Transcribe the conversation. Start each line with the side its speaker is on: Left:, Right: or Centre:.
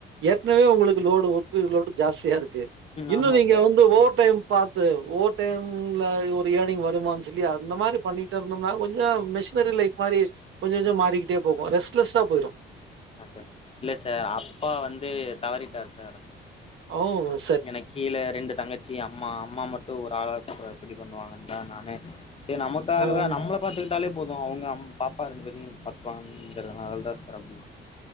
Right: ஏற்கனவே உங்களுக்கு லோடு ஒர்க்கு லோடு ஜாஸ்தியா இருக்கு
Left: ம்
Right: இன்னு
Left: ஆமா
Right: நீங்க
Left: சார்
Right: வந்து ஓவர் டைம் பாத் த்து ஓவர் டைம்ல ஒரு எர்னிங் வருமான் சொல்லி அந்த மாரி பண்ணிட் ட்டு இருந்தம்னா கொஞ்சோ மிஷினரி லைப் மாரி கொஞ்ச கொஞ்சோ மாறிகிட்டே போகு ரெஸ்ட்லெஸ்ஸா போய்டு
Left: ஆ சார் இல்லே சார் அப்பா வந்து தவறிட்டார் சார்
Right: அவுங்களு
Left: எனக்கு கீழே ரெண்டு தங்கச் சி அம்மா அம்மா மட்டு ஒரு ஆளா ப்ப எப்புடி பண்ணுவாங்கன்த நானே செர் நமக்காகவே
Right: ஆ.
Left: நம்மள பாத்துக்கிட்டாலே போது அவங்க அம் பாப்பா ரெண்டு பேத்தையு பாத்துப்பாங்கிறனால தா சார் அப்புடி